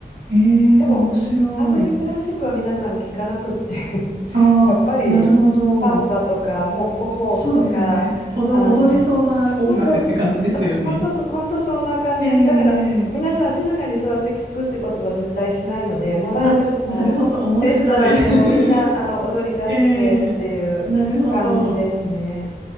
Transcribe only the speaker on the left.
でも、あんまりクラシックは皆さん聞かなくって <laughs>
やっぱりサンバとか、
もうフォホとか、
あの、
まあ、そう、そう本当そ、本当そんな感じです。
だから、皆さん静かに座って聞くってことは絶対しないので、もうライブでも、
レストランでもみんなあの踊り出してっていう感じですね。